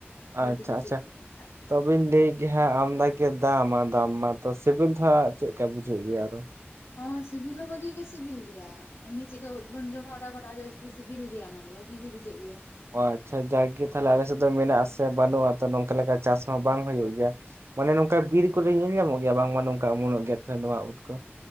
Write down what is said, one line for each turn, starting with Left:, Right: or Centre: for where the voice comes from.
Left: ᱦᱚᱲ
Right: ᱟᱪᱪᱷᱟ
Left: ᱛᱮᱫᱚ
Right: ᱟᱪᱪᱷᱟ
Left: ᱪᱮᱫ ᱠᱚ ᱢᱮᱛᱟᱜᱼᱟ
Right: ᱛᱚ ᱵᱤᱧ ᱞᱟᱹᱭ ᱜᱮ ᱦᱟᱸᱜ ᱟᱢᱫᱟ ᱠᱤ ᱫᱟᱢᱟ ᱫᱟᱢ ᱢᱟ ᱛᱚ ᱥᱮᱵᱤᱞ ᱫᱚ ᱦᱟᱸᱜ ᱪᱮᱫ ᱠᱟ ᱵᱩᱡᱷᱟᱹᱜ ᱜᱮᱭᱟ ᱟᱨᱚ
Left: ᱦᱚᱸ ᱥᱤᱵᱤᱞ ᱦᱚᱸ ᱵᱷᱟᱹᱜᱤ ᱜᱮ ᱥᱤᱵᱤᱞ ᱜᱮᱭᱟ ᱮᱢᱱᱤ ᱪᱤᱠᱠᱟ ᱩᱫᱽ ᱵᱚᱱ ᱡᱚᱢᱟ ᱚᱱᱟ ᱠᱷᱚᱱᱟᱜ ᱡᱟᱹᱥᱛᱤ ᱥᱤᱵᱤᱞ ᱜᱮᱭᱟ ᱚᱱᱟ ᱫᱚ ᱵᱷᱟᱜᱤ ᱜᱮ ᱵᱩᱡᱷᱟᱹᱜ ᱜᱮᱭᱟ᱾
Right: ᱚ ᱟᱪᱪᱷᱟ ᱡᱟᱜᱜᱮ ᱛᱟᱦᱚᱞᱮ ᱟᱞᱮᱥᱮᱫ ᱫᱚ ᱢᱮᱱᱟᱜ ᱟᱥᱮ ᱵᱟᱹᱱᱩᱜ-ᱟ ᱛᱚ ᱱᱚᱝᱠᱟ ᱞᱮᱠᱟ ᱪᱟᱥ ᱢᱟ ᱵᱟᱝ ᱦᱩᱭᱩᱜ ᱜᱮᱭᱟ᱾ ᱢᱟᱱᱮ ᱱᱚᱝᱠᱟ ᱵᱤᱨ ᱠᱚᱨᱮ ᱧᱮᱞ ᱧᱟᱢᱚᱜ ᱜᱮᱭᱟ ᱵᱟᱝ ᱱᱚᱝᱠᱟ ᱚᱢᱚᱱᱚᱜ ᱜᱮᱭᱟ ᱱᱚᱣᱟ ᱩᱫ ᱠᱚ